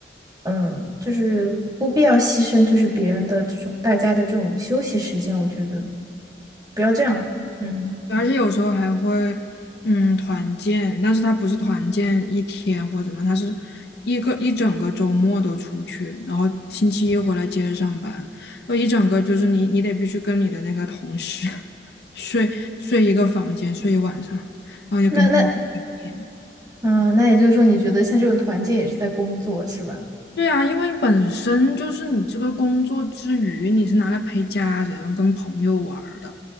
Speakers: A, on the right (about 20°); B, on the left (about 65°).
A: 嗯，就是不必要牺牲，就是别人的这种大家的这种休息时间，我觉得不要这样。嗯，
B: 而且有时候还会，嗯，团建，但是他不是团建一天或怎么，他是一个一整个周末都出去，然后星期一回来接着上班，那一整个就是你你得必须跟你的那个同事 <laughs> 睡睡一个房间，睡一晚上，然后也跟他们聊天。
A: 那那嗯，那也就是说，你觉得像这种团建也是在工作是吧？
B: 对啊，因为本身就是你这个工作之余，你是拿来陪家人、跟朋友玩儿的，